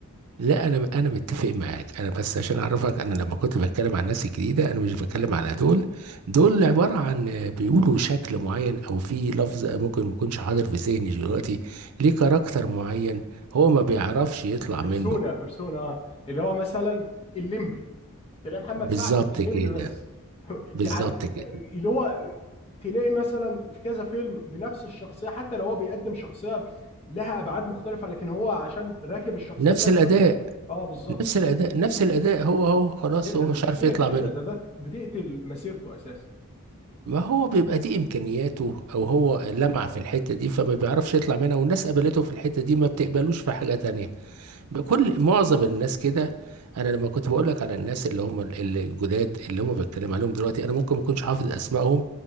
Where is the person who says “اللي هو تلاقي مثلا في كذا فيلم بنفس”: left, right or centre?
Left